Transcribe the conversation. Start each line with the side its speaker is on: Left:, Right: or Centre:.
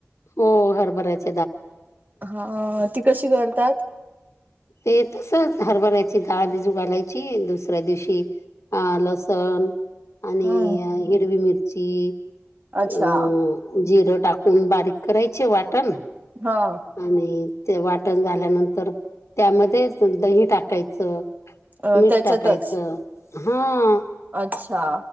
Left: हो हरभराच.
Right: हा ती कशी करतात.
Left: ते तसच हरभरायची डाळबिजू घालायची दुसऱ्या दिवशी. आल लसण आणि
Right: हम्म
Left: हिरवी मिरचीअ
Right: अच्छा
Left: जिरं टाकून बारीक करायचे वाटण.
Right: हं.
Left: आणि ते वाटण झाल्यानंतर त्यामध्ये दही टाकायचं.
Right: अ,
Left: मीठ
Right: त्याच्यातच
Left: टाकायचं हा.
Right: अच्छा.